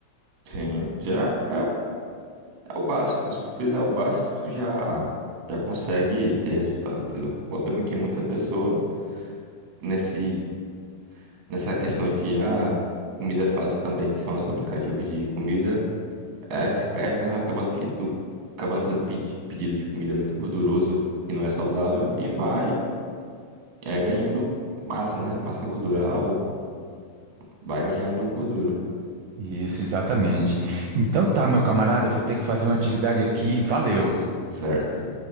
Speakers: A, on the right; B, on the right.
A: Sim, já é. É o básico. Se tu fizer o básico, tu já, já consegue ter resultado, entendeu? O problema é que muita
B: Boa.
A: pessoa, nesse, nessa questão de ah, comida fácil também, que são os aplicativos de comida, é, se perde, né? Vai acabando pedido, acabando fazendo pedi- pedido de comida muito gorduroso, que não é saudável, e vai é, ganhando massa, né? Massa gordural, vai ganhando gordura,
B: Isso, exatamente. Então tá, meu camarada, eu vou ter que fazer uma atividade aqui. Valeu.
A: certo?